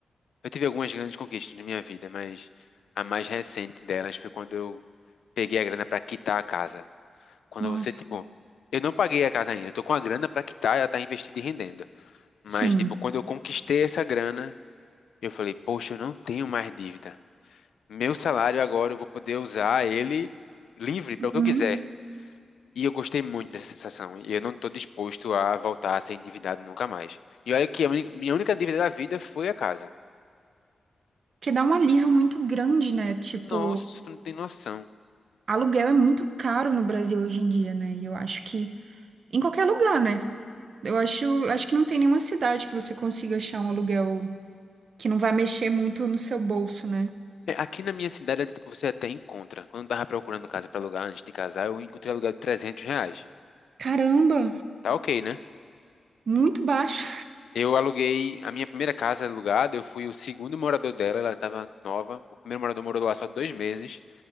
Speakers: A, on the left; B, on the right.
A: Eu tive algumas grandes conquistas na minha vida, mas a mais recente delas foi quando eu peguei a grana para quitar a casa. Quando
B: Nossa,
A: você, tipo, eu não paguei a casa ainda, eu tô com a grana para quitar, ela tá investida e rendendo. Mas,
B: sim.
A: tipo, quando eu conquistei essa grana, eu falei, poxa, eu não tenho mais dívida. Meu salário agora eu vou poder usar ele livre para
B: Uhum.
A: o que eu quiser. E eu gostei muito dessa sensação. E eu não tô disposto a voltar a ser endividado nunca mais. E olha que a uni- minha única dívida da vida foi a casa.
B: Que dá um alívio muito grande, né? Tipo,
A: Nossa, tu não tem noção.
B: aluguel é muito caro no Brasil hoje em dia, né? E eu acho que em qualquer lugar, né? Eu acho, acho que não tem nenhuma cidade que você consiga achar um aluguel que não vai mexer muito no seu bolso, né?
A: É, aqui na minha cidade at- você até encontra. Quando eu tava procurando casa pra alugar antes de casar, eu encontrei aluguel de trezentos reais.
B: Caramba,
A: Tá ok, né?
B: muito baixo.
A: Eu aluguei a minha primeira casa alugada, eu fui o segundo morador dela, ela estava nova. O primeiro morador morou lá só dois meses.